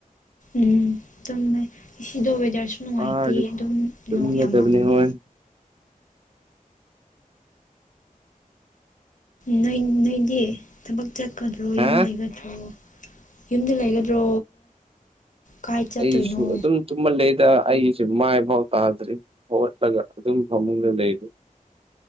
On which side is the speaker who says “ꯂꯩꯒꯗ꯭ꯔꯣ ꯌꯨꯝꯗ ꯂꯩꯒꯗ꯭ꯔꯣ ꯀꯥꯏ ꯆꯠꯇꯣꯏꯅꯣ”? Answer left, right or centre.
Left